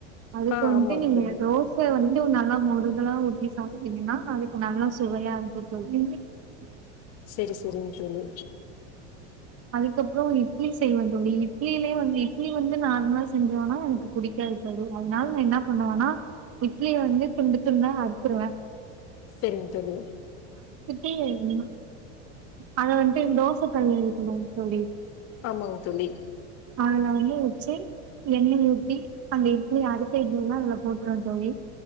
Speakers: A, on the right; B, on the left.
A: அதுக்கு
B: ஆ
A: வந்ட்டு
B: ஆமாங்க
A: நீங்க
B: தோழி
A: தோச வந்து உ நல்லா மொரு தெல்லா ஊத்தி சாப்புட்வீங்கன்னா அதுக்கு நல்லா சுவையா இருக்கு தோழி <unintelligible>
B: செரி செரிங்க தோழி
A: அதுக்கப்புறோ இட்லி செய்வேன் தோழி இட்லியிலேயே வந்து இட்லி வந்து நார்மலா செஞ்சோன்னா எனக்கு புடிக்காது தோழி அதனால நா என்னா பண்ணுவனா இட்லிய வந்து துண்டு துண்டா அறுத்துருவே
B: செரிங்க தோழி
A: டீ வேணும்மா அத வந்து டே தோச கல்லயு குனோ தோழி
B: ஆமாங்க தோழி
A: <unintelligible> எண்ணெய் ஊத் தி அந்த இட்லிய அறுத்த இட்லி எல்லா அதுல போட்ருவ தோழி